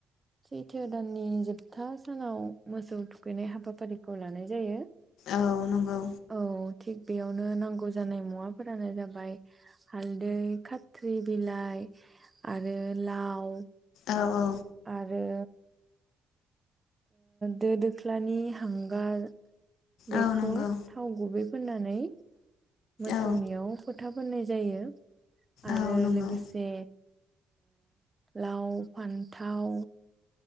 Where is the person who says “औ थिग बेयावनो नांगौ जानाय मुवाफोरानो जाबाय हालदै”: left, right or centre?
Right